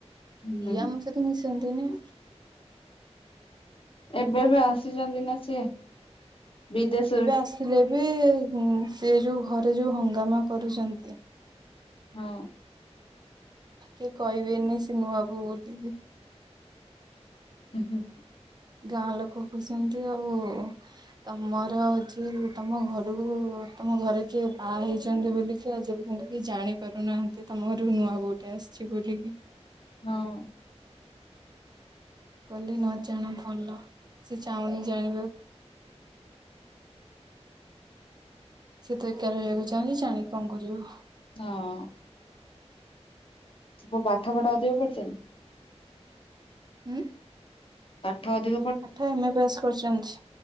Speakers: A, on the left (about 50°); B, on the right (about 40°).
A: ହୁଁ
B: ଇଏ ଆମ ସହିତ ମିଶନ୍ତିନି।
A: ଏବେ ଏବେ ଆସିଛନ୍ତି ନା ସିଏ। ବିଦେଶରୁ
B: ଏବେ ଆସିଲେ ବି ସେ ଯୋଉ ଘରେ ଯୋଉ ହଙ୍ଗାମା କରୁଛନ୍ତି।
A: ହଁ।
B: କିଏ କହିବେନି ସେ ନୂଆବୋହୁ ବୋଲି କି?
A: ହୁଁ ହୁଁ।
B: ଗାଁ ଲୋକ କହୁଛନ୍ତି ଆଉ ତମର ହଉଛି ତମ ଘରକୁ, ତମ ଘରେ କିଏ ବାହା ହେଇଚନ୍ତି ବୋଲିକି କିଏ ଆଜି ପର୍ଯ୍ୟନ୍ତ କିଏ ଜାଣି ପାରୁନାହାନ୍ତି, ତମ ଘରୁକୁ ନୂଆ ବୋହୂଟେ ଆସିଛି ବୋଲିକି?
A: ହଁ।
B: କହିଲେ ନ ଜାଣ ଭଲ, ସେ ଚାହୁଁନି ଜାଣିବାକୁ। ସେଏ ତ ଏକା ରହିବାକୁ ଚାହୁଁଛି, ଜାଣିକି କଣ କରିବ?
A: ହଁ, ସବୁ ପାଠ ପାଠ ଅଧିକ ପଢ଼ିଚନ୍ତି।
B: ଉଁ।
A: ପାଠ ଅଧି
B: ପାଠ ଏମ ଏ ପାସ୍ କରୁଛନ୍ତି।